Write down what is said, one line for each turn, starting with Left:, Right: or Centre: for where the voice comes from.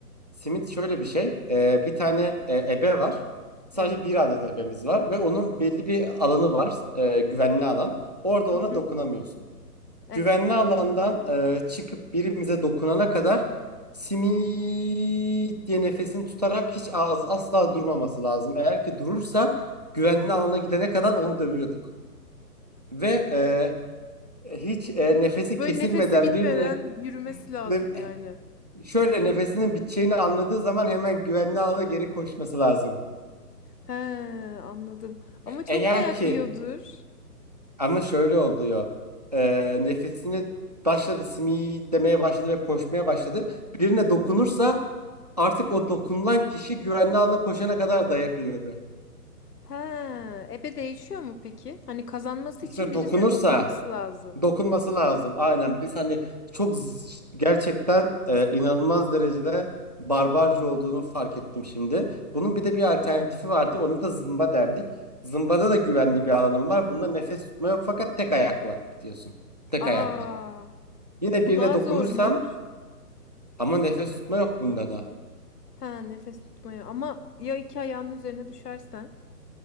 Right: simit şöyle bir şey E, bir tane e, ebe var sadece
Left: Evet.
Right: bir adet ebemiz var ve onun belli bir alanı var e, güvenli alan orada
Left: Hı
Right: ona
Left: hı.
Right: dokunamıyorsun
Left: Evet.
Right: güvenli alandan e, çıkıp birimize dokunana kadar simit diye nefesini tutarak hiç az, asla durmaması lazım. Eğer ki durursa güvenli alana gidene kadar onu dövüyorduk. Ve e, hiç e, nefesi
Left: Böyle
Right: kesilmeden
Left: nefesi bitmeden
Right: birine
Left: yürümesi lazım
Right: ne-
Left: yani.
Right: şöyle nefesinin biteceğini anladığı zaman hemen güvenli alana geri koşması lazım.
Left: He anladım. Ama çok
Right: Eğer
Left: dayak
Right: ki
Left: yiyordur.
Right: ama şöyle oluyor. E, nefesini başladı simit demeye başladı ve koşmaya başladı. Birine dokunursa artık o dokunulan kişi güvenli alana koşana kadar dayak yiyordu.
Left: He ebe değişiyor mu peki? Hani kazanması
Right: İşte
Left: için birisine
Right: dokunursa
Left: dokunması lazım.
Right: dokunması lazım. Aynen biz hani çok z- gerçekten e, inanılmaz derecede barbarca olduğunu fark ettim şimdi. Bunun bir de bir alternatifi vardı. Onu da zımba derdik. Zımbada da güvenli bir alanım var. Bunda nefes tutma yok fakat tek ayakla gidiyorsun. Tek
Left: Aa
Right: ayakla. Yine
Left: E, bu
Right: birine
Left: daha
Right: dokunursan
Left: zormuş.
Right: ama nefes tutma yok bunda da.
Left: Ha nefes tutmayı. Ama ya iki ayağının üzerine düşersen?